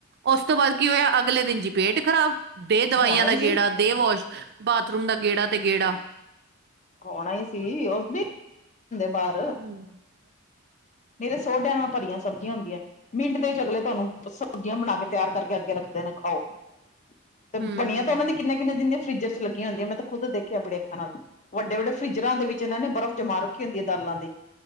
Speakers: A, on the right (about 50°); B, on the left (about 35°).
A: ਉਸ ਤੋਂ ਬਾਅਦ ਕੀ ਹੋਇਆ, ਅਗਲੇ ਦਿਨ ਜੀ ਪੇਟ ਖ਼ਰਾਬ ਦੇਹ ਦਵਾਈਆਂ
B: ਹੋਣਾ
A: ਦਾ
B: ਹੀ ਸੀ
A: ਗੇੜਾ, ਦੇ ਵਾਸ਼ ਬਾਥਰੂਮ ਦਾ ਗੇੜਾ ਤੇ ਗੇੜਾ।
B: ਆਣਾ ਹੀ ਸੀ ਔਬਸਲੀ ਹੁੰਦੇ ਬਾਹਰ
A: <unintelligible>
B: ਨਹੀਂ ਤਾਂ ਸੋ ਡਿਆਂ ਨਾਲ ਭਰੀਆਂ ਸਬਜ਼ੀਆਂ ਹੁੰਦੀਆਂ ਮਿੰਟ ਦੇ ਵਿੱਚ ਅਗਲੇ ਤੁਹਾਨੂੰ ਸਬਜ਼ੀਆਂ ਬਣਾ ਕੇ। ਤਿਆਰ ਕਰਕੇ ਅੱਗੇ ਰੱਖਦੇ ਨੇ ਖਾਓ, ਤੇ
A: ਹੂੰ
B: ਬਣੀਆਂ
A: ਹੂੰ
B: ਤਾਂ ਉਹਨਾਂ ਦੀ ਕਿੰਨਾ ਕਿੰਨ ਦਿਨ ਦੀ ਫਰਜਿਰ ਚ ਲੱਗੀਆਂ ਹੁੰਦੀਆਂ, ਮੈਂ ਤਾਂ ਖੁਦ ਦੇਖਿਆ ਆਪਣੇ ਅੱਖਾਂ ਨਾਲ ਵੱਡੇ ਵੱਡੇ ਫਰਿਜਰਾਂ ਦੇ ਵਿੱਚ ਇਹਨਾਂ ਨੇ ਬਰਫ਼ ਜਮਾ ਰੱਖੀ ਹੁੰਦੀ ਹੈ ਦਾਲਾਂ ਦੀ